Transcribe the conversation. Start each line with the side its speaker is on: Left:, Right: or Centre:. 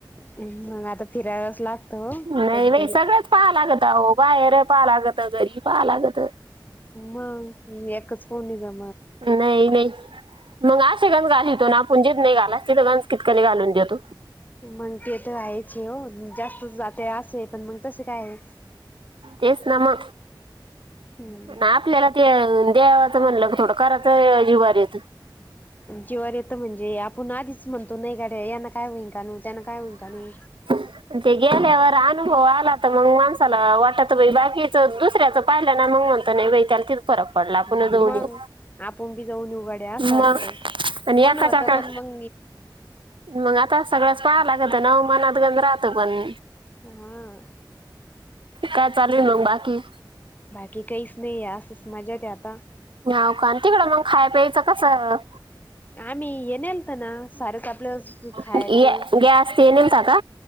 Left: हम्. आता फिरायलाच लागत हो
Right: नाही
Left: कधीतरी
Right: बाई. सगळंच पाहा लागत बाहेर -- पा लागत. घरी पाहा लागत.
Left: मगं एका स्पोन द
Right: नाही. नाही. मग अशे गंस घालितो ना आपणजीत नाही घाला मग आशे <unintelligible> घालितो ना आपण तिथंज घालाचे कितकली घालून देतो.
Left: मग ते तर राहायचे हो जास्त जाते असे पण मग तसे काय आहे.
Right: तेसनामा
Left: हम्म
Right: ना आपलेला ते <inaudible> देवाच म्हणलं थोडं करायच जीवारी येती.
Left: जीववर येत म्हणजे आपण आधीच म्हणतो नाही का. यांना काय होईं काणू. त्यांना काय होईं काणू.
Right: म्हणजे गेल्यावर अनुभव आला तर मग माणसाला वाट बाकीचं दुसऱ्याचं पाहिलं ना मग म्हणत नाही बा त्याचीच फरक पडला आपनच
Left: मग
Right: जाऊन येवु.
Left: आपण बी जाऊन येऊ गड्या असं वाटत.
Right: मग आणि
Left: मन
Right: एका
Left: होत
Right: चाका
Left: पण मग
Right: मग आता सगळ्याच पहा लागतना हो. मनात गण राहत पण
Left: हा
Right: काय चालु आहे म बाकी.
Left: की काहीच नाहीये असच मजेत आहे आता.
Right: नाव का तिकड मग खाय प्यायचं कसं
Left: आम्ही ये नेलथ ना सारच आपलं खायच.
Right: गॅ- गॅस ते नेलता का